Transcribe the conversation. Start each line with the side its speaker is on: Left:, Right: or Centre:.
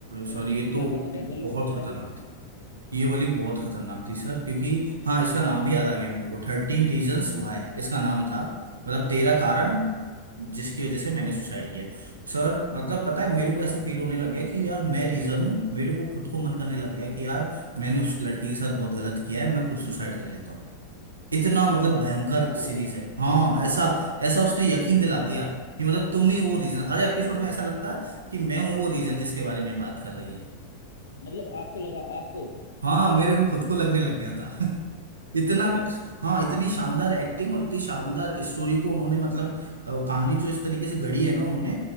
Left: और
Right: सॉरी
Left: जैसे
Right: ये तो
Left: कि आप बता रहे हैं हॉलीवुड
Right: बहुत
Left: वगैरह
Right: खतरनाक
Left: की
Right: थी ये वाली बहुत खतरनाक
Left: हम्म
Right: थी सर क्योंकि हाँ इसका नाम भी याद आ गया मेरे को थर्टीन रीजन्स वाई इसका नाम था मतलब तेरह कारण
Left: अच्छा
Right: जिसकी वजह से मैंने
Left: हम्म
Right: सुसाइड किया सर मतलब पता है मेरे को ऐसा फील होने लग गया कि यार मैं रीजन हूँ मेरे को खुद को मन करने लग
Left: हम्म
Right: गया कि यार मैंने उस लड़की के साथ बहुत गलत किया है मैं खुद सुसाइड कर लेता हूँ इतना मतलब भयंकर
Left: आपको
Right: सीरीज
Left: लगा
Right: है हाँ ऐसा ऐसा उसने यकीन दिला दिया कि मतलब तुम ही वो रीजन हर एपिसोड में ऐसा लगता है कि मैं हूँ वो रीजन जिसके बारे में बात कर रही है
Left: मतलब आपको लगा आपको
Right: हाँ मेरे को खुद को लगने लग गया था <laughs> इतना
Left: सही में
Right: हाँ इतनी शानदार एक्टिंग और इतनी शानदार स्टोरी को उन्होंने मतलब अ, कहानी जो इस तरीके से गढ़ी है ना उन्होंने